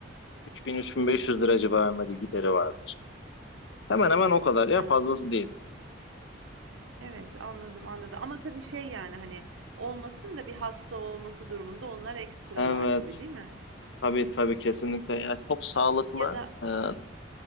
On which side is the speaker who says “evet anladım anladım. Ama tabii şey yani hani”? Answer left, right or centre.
Right